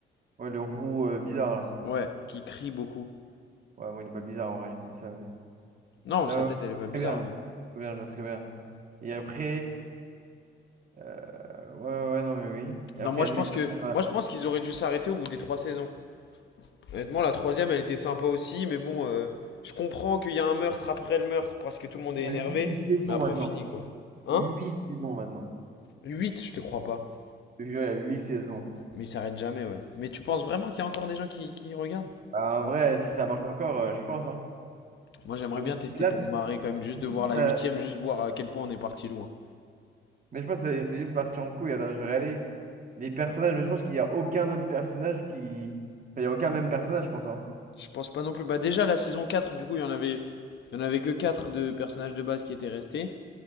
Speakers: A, on the right; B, on the left.
A: Ouais, le roux euh, bizarre, là.
B: Ouais, qui crie beaucoup.
A: Ouais, moi, il est pas bizarre en vrai, je dis ça.
B: Non,
A: Non,
B: sa
A: ouais,
B: tête, elle
A: je
B: est pas
A: vois
B: bizarre,
A: très bien.
B: mais...
A: Très Bien, je vois très bien. Et après, euh, ouais, ouais, ouais, non, mais oui.
B: Non,
A: Et après,
B: moi
A: il y a
B: je
A: le mec
B: pense que
A: qui ressemble à-
B: moi je pense qu'ils auraient dû s'arrêter au bout des trois saisons. Honnêtement, la troisième, elle était sympa aussi, mais bon, euh, je comprends qu'il y a un meurtre après le meurtre parce que tout le monde
A: Il
B: est
A: y
B: énervé,
A: a huit saisons
B: mais après
A: maintenant.
B: fini quoi. Hein?
A: Huit saisons maintenant.
B: 8, je te crois pas.
A: Je te jure, il y a huit saisons.
B: Mais il s'arrête jamais, ouais. Mais tu penses vraiment qu'il y a encore des gens qui, qui regardent?
A: Ah, en vrai, si ça marche encore, euh, je pense. Hein.
B: Moi, j'aimerais
A: Mais
B: bien
A: ça-
B: tester
A: là,
B: pour
A: ça-
B: me marrer quand même, juste de voir la
A: ça-
B: huitième, juste voir à quel point on est parti loin.
A: mais je pense que c'est c'est juste parti en couille. Attends, je regardais les personnages, mais je pense qu'il n'y a aucun autre personnage qui. Enfin, il n'y a aucun même personnage, je pense. hein.
B: Je pense pas non plus. Bah déjà, la saison quatre, du coup, il y en avait, il y en avait que 4 de personnages de base qui étaient restés.